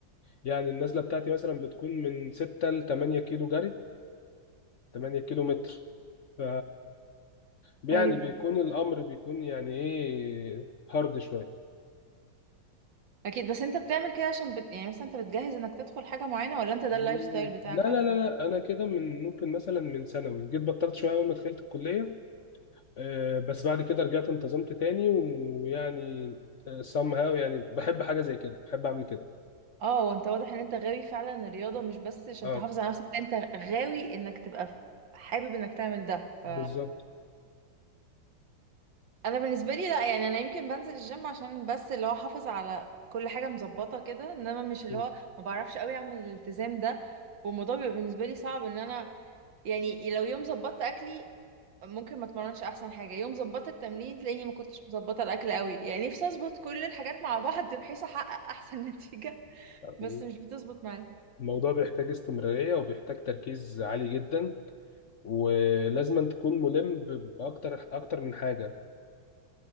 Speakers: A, on the left (about 55°); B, on the right (about 75°).
A: يعني النزله بتاعتي مثلا بتكون من 6 ل 8 كيلو جري 8 كيلو متر ف يعني
B: ايوه
A: بيكون الامر بيكون يعني ايه هارد شويه
B: أكيد بس أنت بتعمل كده عشان بت... يعني مثلا أنت بتجهز إنك تدخل حاجة معينة ولا أنت ده
A: مم.
B: اللايف ستايل بتاعك
A: لا لا
B: على طول؟
A: لا لا انا كده من ممكن مثلا من ثانوي جيت بطلت شويه اول ما دخلت الكليه آه، بس بعد كده رجعت انتظمت تاني ويعني سام هاو يعني بحب حاجه زي كده بحب اعمل كده
B: اه وانت واضح ان انت غاوي فعلا الرياضة مش بس عشان
A: اه
B: تحافظ على نفسك انت غاوي انك تبقى ف- حابب انك تعمل ده ف
A: بالظبط
B: انا بالنسبة لي لا يعني انا يمكن بنزل الجيم عشان بس اللي هو احافظ على كل حاجة مظبطة كده انما مش اللي
A: م-
B: هو ما بعرفش قوي اعمل الالتزام ده والموضوع بيبقى بالنسبة لي صعب ان انا يعني لو يوم ظبطت اكلي ممكن ما اتمرنش احسن حاجه يوم ظبطت التمرين تلاقيني ما كنتش مظبطه الاكل قوي يعني نفسي اظبط كل الحاجات مع بعض بحيث احقق احسن <laughs> نتيجه بس
A: م.
B: مش بتظبط معايا
A: الموضوع بيحتاج استمراريه وبيحتاج تركيز عالي جدا ولازم أن تكون ملم ب- باكتر اكتر من حاجه